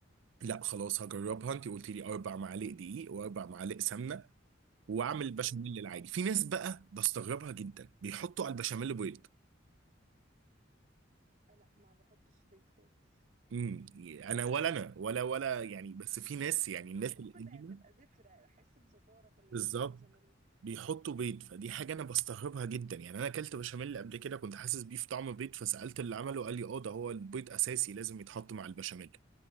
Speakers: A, on the right; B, on the right.
A: لا خلاص هجربها أنت قلت لي أربع معالق دقيق وأربع معالق سمنة وأعمل بشاميل
B: ايوه
A: العادي في ناس بقى بستغربها جدا بيحطوا على البشاميل بيض
B: آه، لا ما بحطش بيض خالص
A: امم انا ولا انا ولا ولا يعني بس في ناس يعني الناس
B: اعتقد
A: القديمه
B: هتبقى زفره احس بزفاره في ال-
A: بالظبط
B: في البشاميل
A: بيحطوا بيض فدي حاجة أنا بستغربها جدا يعني أنا أكلت بشاميل قبل كده كنت حاسس بيه في طعم بيض فسألت اللي عمله قال لي أه ده هو البيض أساسي لازم يتحط مع البشاميل